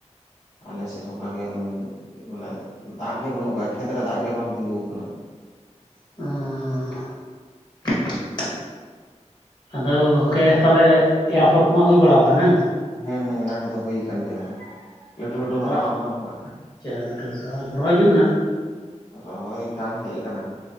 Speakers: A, on the left; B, on the left.
A: ᱟᱞᱮ ᱥᱮᱫ ᱚᱱᱠᱟᱜᱮ ᱢᱟᱱᱮ ᱫᱟᱜ ᱜᱮ ᱵᱟᱹᱱᱩᱜ ᱟᱠᱟᱫᱟ ᱠᱷᱮᱛᱨᱮ ᱫᱟᱜ ᱜᱮ ᱵᱟᱝ ᱛᱤᱸᱜᱩ ᱟᱠᱟᱱᱟ <inaudible>
B: <unintelligible> ᱟᱫᱚ ᱜᱚᱝᱠᱮ ᱛᱟᱦᱚᱞᱮ ᱮᱨᱟᱯᱷᱚᱨ ᱠᱚᱢᱟ ᱦᱩᱭ ᱵᱟᱲᱟ ᱠᱟᱱᱟ
A: ᱦᱮᱸ ᱦᱮᱸ ᱚᱱᱟ ᱠᱚᱫᱚ ᱦᱩᱭ ᱟᱠᱟᱱ ᱜᱮᱭᱟ ᱞᱟᱹᱴᱩ ᱞᱟᱹᱴᱩ
B: ᱵᱟᱝ
A: ᱦᱟᱨᱟ
B: ᱞᱟᱜ
A: ᱠᱟᱱᱟ ᱚᱱᱟ
B: ᱟᱪᱪᱷᱟ ᱞᱟᱹᱴᱩ ᱞᱟᱹᱴᱩ ᱵᱟᱝ ᱨᱚᱦᱚᱭ ᱡᱩᱛ ᱮᱱᱟ
A: ᱨᱚᱦᱚᱭ ᱜᱟᱱ ᱦᱮᱡ ᱠᱟᱱᱟ